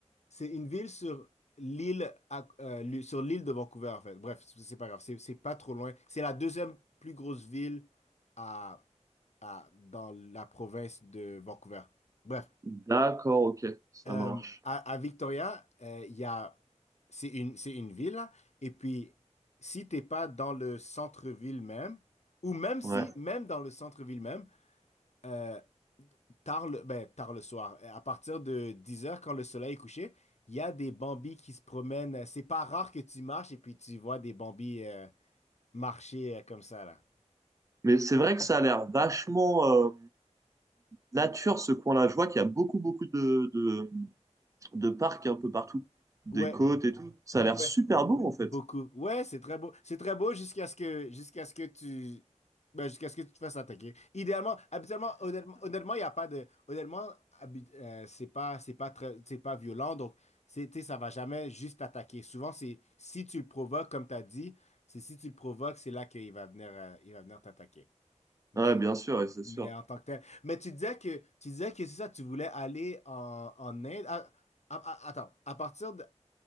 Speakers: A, on the left; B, on the right.
A: c'est une ville sur l'île à- euh, l'île- sur l'île de Vancouver en fait. Bref, c'est c'est pas grave, c'est c'est pas trop loin. C'est la deuxième plus grosse ville à, à- dans la province de Vancouver. Bref,
B: D'accord, ok, ça
A: euh,
B: marche.
A: à, à Victoria, euh, il y a c'est une c'est une ville là. et puis si t'es pas dans le centre-ville même ou même si
B: Ouais.
A: même dans le centre-ville même euh, tard le, ben, tard le soir, Euh, à partir de dix heures quand le soleil est couché, il y a des bambis qui se promènent. C'est pas rare que tu marches et puis tu vois des bambis euh, marcher euh, comme ça, là.
B: Mais c'est vrai que ça a l'air vachement, euh, nature, ce coin-là. Je vois qu'il y a beaucoup, beaucoup de, de, de parcs un peu partout. Des
A: Ouais,
B: côtes et tout. Ça a l'air
A: ouais.
B: super beau, en fait.
A: Beaucoup. Ouais, c'est très beau. C'est très beau jusqu'à ce que jusqu'à ce que tu ben, jusqu'à ce que tu te fasses attaquer. Idéalement, habituellement, honnêtement, honnêtement, il y a pas de honnêtement, habi- euh, c'est pas c'est pas très c'est pas violent donc c'est tu sais, ça va jamais juste t'attaquer. Souvent c'est si tu le provoques comme tu as dit, c'est si tu le provoques, c'est là qu'il va venir euh, il va venir t'attaquer. Mais
B: Ouais, bien sûr, et c'est
A: mais
B: sûr.
A: en tant que tel, mais tu disais que tu disais que c'est ça tu voulais aller en, en Inde. Ah, ah, ah, attends, à partir de